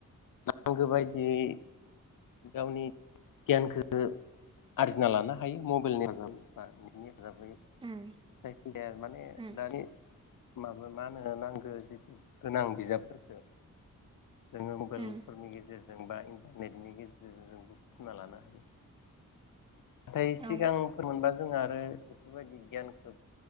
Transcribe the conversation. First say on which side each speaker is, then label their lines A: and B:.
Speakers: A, on the left; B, on the right.
A: नांगो बायदियै गावनि गियानखो आरजिना लानो हायो मबाइलनि हेफाजाबै बा नेट नि हेफाजाबै
B: उम
A: जायखिजाया माने
B: उम
A: दानि माबा मा होनो नांगौ जिथु गोनां बिजाबफोरखौ जोङो मबाइलफोरनि
B: उम
A: गेजेरजों बा इन्टारनेटनि गे जेरजों बुथुमना लानो हायो नाथाय सिगांफोर
B: औ
A: मोनबा जों आरो बेफोरबायदि गियानखौ